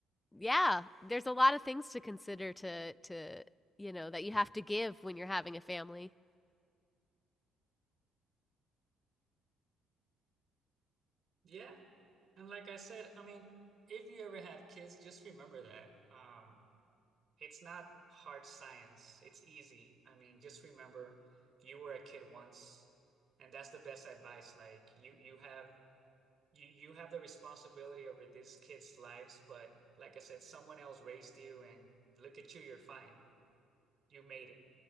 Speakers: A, on the left (about 15°); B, on the right (about 50°).
A: yeah, there's a lot of things to consider to to you know that you have to give when you're having a family.
B: Yeah. And like I said, I mean, if you ever have kids, just remember that. Um, it's not hard science. It's easy. I mean, just remember you were a kid once, and that's the best advice. Like you you have you you have the responsibility over this kid's lives, but like I said, someone else raised you and look at you, you're fine. You made it.